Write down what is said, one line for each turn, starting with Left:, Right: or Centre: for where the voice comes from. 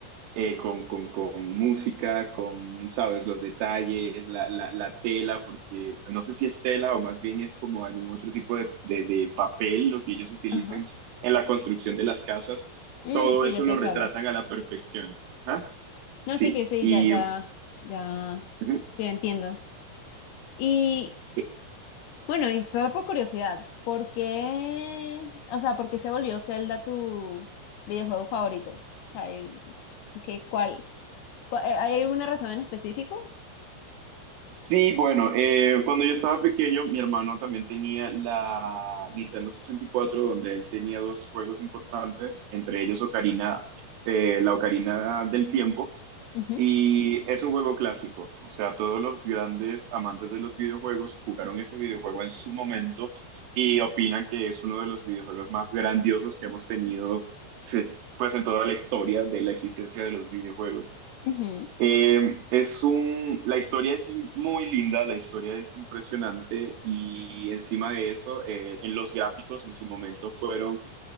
Right: eh, con, con, con, música, con, sabes, los detalles, la, la, la, tela, porque no sé si es tela o más bien es como algún otro tipo de, de, de papel lo que ellos utilizan
Left: ajá,
Right: en la construcción de las casas,
Left: mm,
Right: todo
Left: sí,
Right: eso
Left: ya sé
Right: lo
Left: de
Right: retratan
Left: qué hablas.
Right: a la perfección. ¿Ah?
Left: No,
Right: Sí,
Left: sí que sí,
Right: y
Left: ya, ya, ya,
Right: ujú.
Left: sí, entiendo. y
Right: Eh,
Left: Bueno, y solo por curiosidad, ¿por qué, o sea, por qué se volvió Zelda tu videojuego favorito? O sea, y- ¿qué, cuál, cua- eh, ¿hay alguna razón en específico?
Right: sí, bueno, eh, cuando yo estaba pequeño, mi hermano también tenía la Nintendo sesenta y cuatro donde él tenía dos juegos importantes, entre ellos Ocarina, eh, la Ocarina del Tiempo,
Left: Ujú,
Right: y es un juego clásico, o sea, todos los grandes amantes de los videojuegos jugaron ese videojuego en su momento y opinan que es uno de los videojuegos más grandiosos que hemos tenido, pues, pues en toda la historia de la existencia de los videojuegos.
Left: ujú,
Right: Eh, es un, la historia es muy linda, la historia es impresionante y encima de eso, eh, en los gráficos en su momento fueron,